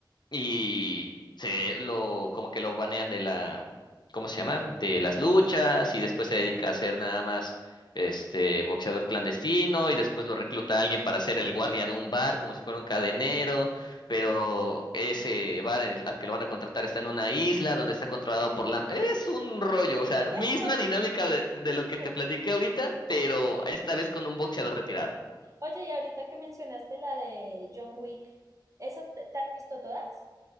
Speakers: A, on the left; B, on the right.
A: y se lo, como que lo banean de la, ¿cómo se llama? De las luchas y después se dedica a ser nada más este boxeador clandestino y después lo recluta a alguien para ser el guardia de un bar como si fuera un cadenero, pero ese bar en el- al que lo van a contratar está en una isla donde está controlado por la... Es un rollo, o sea,
B: eso,
A: misma dinámica de, de
B: Ok.
A: lo que te platiqué ahorita, pero esta vez con un boxeador retirado.
B: Oye, y ahorita que mencionaste la de John Wick, ¿esas te, te has visto todas?